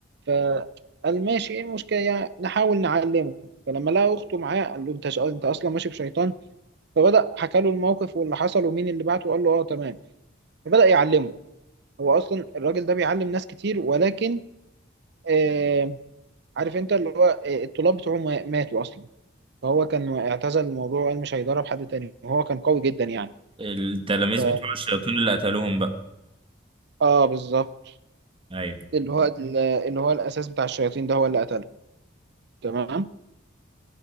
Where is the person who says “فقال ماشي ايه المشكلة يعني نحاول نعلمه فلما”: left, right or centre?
Right